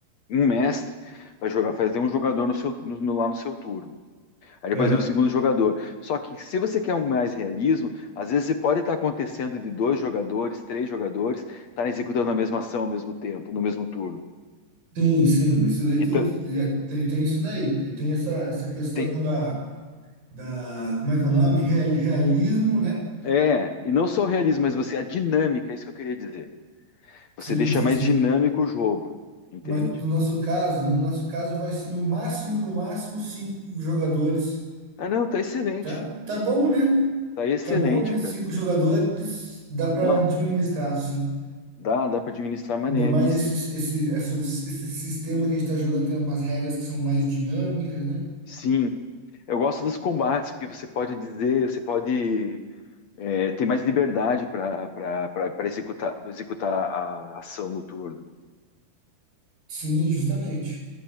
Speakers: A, on the left; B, on the right.
A: um mestre, vai jogar, fazer um jogador no seu, no- no- lá no seu turno. Aí
B: É.
A: depois vem o segundo jogador. Só que se você quer um mais realismo, às vezes você pode estar acontecendo de dois jogadores, três jogadores, estar executando a mesma ação ao mesmo tempo, no mesmo turno.
B: Sim, sim, isso daí
A: Então,
B: tudo tem, tem isso daí. Tem essa, essa questão
A: tem,
B: da da, como é que é o nome? Real- Realismo, né?
A: é, e não só o realismo, mas você, a dinâmica, é isso que eu queria dizer. Você
B: Sim,
A: deixa
B: sim.
A: mais dinâmico o jogo, entende?
B: Mas no nosso caso, no nosso caso vai ser no máximo, no máximo cinco jogadores,
A: Ah, não, tá excelente.
B: tá? Tá bom, né?
A: Tá excelente,
B: Tá bom, né? Cinco
A: cara.
B: jogadores dá para
A: Não,
B: administrar, sim.
A: dá, dá para administrar maneiríssimo.
B: Ainda mais esse, esse, essas- esse sistema que a gente tá jogando tem umas regras que são mais dinâmicas, né?
A: Sim, eu gosto dos combates, porque você pode dizer, você pode é, ter mais liberdade para executar, executar a ação no turno.
B: Sim, justamente.